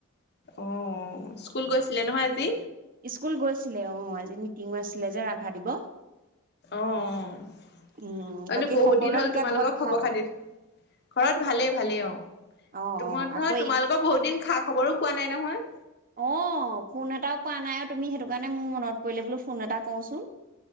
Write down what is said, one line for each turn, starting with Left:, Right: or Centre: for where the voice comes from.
Left: অ', স্কুল গৈছিলে নহয়, আজি?
Right: ইস্কুল গৈছিলে অ', আজি মিটিঙো আছিলে যে, ৰাভা দিবস।
Left: অ',
Right: উম
Left: <unintelligible>
Right: বাকী
Left: বহুত
Right: সকলোৱে
Left: দিন হ'ল
Right: তেতিয়া
Left: তোমালোকৰ
Right: ঘৰত
Left: খবৰ
Right: ভাল
Left: খাতিৰ, ঘৰত ভালেই, ভালেই অ',
Right: অ
Left: তোমাৰ
Right: অ আকৌ
Left: নহয় তোমালোকৰ বহুত দিন খা খবৰো পোৱা নাই নহয়।
Right: অ', ফোন এটাও কৰা নাই আৰু তুমি সেইটো কাৰণে মোৰ মনত পৰিলে বোলো ফোন এটা কৰোঁ চোন।